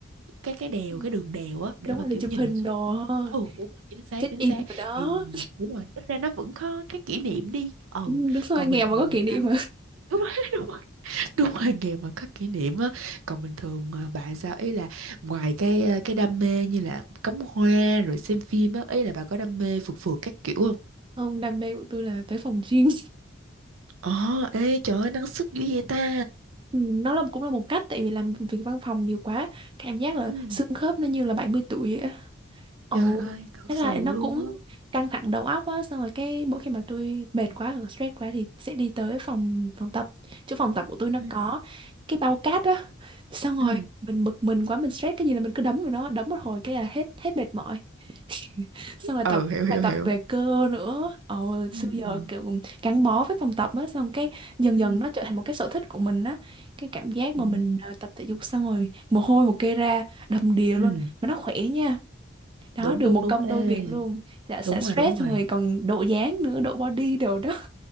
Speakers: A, on the right; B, on the right.
A: cái cái đèo
B: Ừ,
A: cái đường đèo á để
B: đúng
A: mà
B: rồi
A: kiểu
B: để chụp
A: nhìn
B: hình
A: xuống
B: đồ ha
A: ừ đúng rồi chính xác
B: check
A: chính
B: in
A: xác
B: rồi đó
A: thì đúng rồi ít ra nó vẫn có cái kỷ niệm đi ừ
B: Ừ, đúng rồi
A: còn
B: nghèo
A: bình thường
B: mà có kỷ niệm
A: sao
B: mà
A: đúng rồi <laughs> đúng rồi đúng rồi nghề mà có kỷ niệm á còn bình thường à, bà sao ý là ngoài cái à, cái đam mê như là cắm hoa rồi xem phim á ý là bà có đam mê phượt phượt các kiểu không
B: không đam mê của tôi là tới phòng gym
A: Ồ, ê trời ơi năng sức dữ vậy ta.
B: Ừ, nó là cũng là một cách tại vì làm việc văn phòng nhiều quá cảm giác là
A: ừ
B: xương khớp nó như là 70 tuổi vậy á ồ
A: Trời ơi, thật
B: thế
A: sự
B: là nó
A: luôn
B: cũng
A: á.
B: căng thẳng đầu óc á xong rồi cái mỗi khi mà tôi mệt quá hoặc là stress quá thì sẽ đi tới phòng phòng tập chỗ phòng tập của tôi nó
A: ừ
B: có cái bao cát á Xong rồi
A: ừ
B: mình bực mình quá mình stress cái gì là mình cứ đấm vào nó, đấm một hồi cái là hết hết mệt mỏi. <laughs> Xong rồi
A: Ừ,
B: tập
A: hiểu hiểu
B: bài tập
A: hiểu.
B: về cơ nữa. Ồ
A: ừ
B: xưa giờ
A: ừ.
B: kiểu gắn bó với phòng tập á xong cái dần
A: ừ.
B: dần nó trở thành một cái sở thích của mình á. Cái cảm giác mà
A: Ừ,
B: mình ờ, tập thể dục xong rồi mồ hôi một kê ra đầm đìa
A: Ừ,
B: luôn mà nó khỏe nha. Đó
A: đúng
B: được
A: đúng
B: một
A: đúng
B: công
A: ê
B: đôi việc luôn. Dạ sẽ
A: đúng
B: stress
A: rồi đúng rồi
B: xong rồi còn độ dáng nữa, độ body đồ đó.